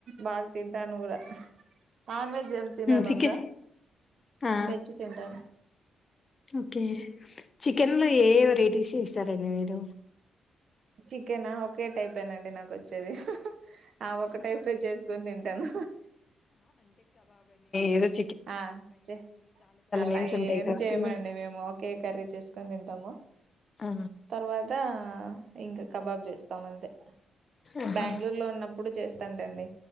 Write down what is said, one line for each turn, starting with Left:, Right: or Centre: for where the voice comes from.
Right: బాగా తింటాను ఊర నాన్ వెజ్ ఎం తిన్నాను
Left: చికెన్
Right: అంత
Left: ఆ
Right: వెజ్ తింటాను
Left: ఓకే చికెన్ లో ఏ వెరైటీస్ చేస్తారండి మీరు
Right: చికెనా ఒకే టైప్ేనాండి నాకు వచ్చేది ఆ ఒక టైపే చేసుకుొని తింటాను
Left: ఏదాస్
Right: ఆ చే అలాగ
Left: నేమ్స్ ఉంటాయి
Right: ఏం
Left: కదా వాటిల్లో
Right: చేయమండి మేము ఒకే కర్రీ చేసుకొని తింటాము
Left: ఆ!
Right: తర్వాత ఇంకా కబాబ్ చేస్తాం అంతే
Left: ఆహా
Right: బెంగళూరులో ఉన్నప్పుడు చేస్తాంటండి